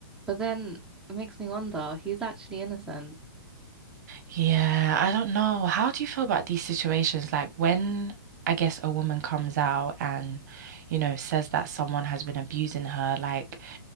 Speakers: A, in the centre; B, on the right.
A: but then it makes me wonder, he's actually innocent,
B: Yeah, I don't know. How do you feel about these situations? Like when I guess a woman comes out and, you know, says that someone has been abusing her, like